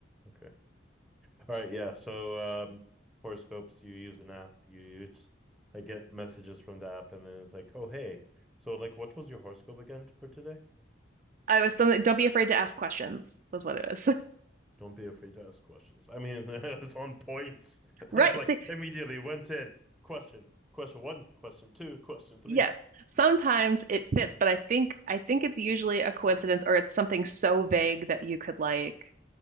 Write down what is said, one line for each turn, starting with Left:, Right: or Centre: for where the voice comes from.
Centre: Okay. All right. Yeah. So um, horoscopes. You use an app. You use. I get messages from the app, and then it's like, oh hey. So like, what was your horoscope again for today?
Right: I was something. Don't be afraid to ask questions was what it was. <laughs>
Centre: Don't be afraid to ask questions. I mean, <laughs> it's on points. <laughs>
Right: Right.
Centre: it's like
Right: See,
Centre: immediately went in questions. Question one, question two, question three.
Right: yes.
Centre: <laughs>
Right: Sometimes it fits, but I think I think it's usually a coincidence or it's something so vague that you could like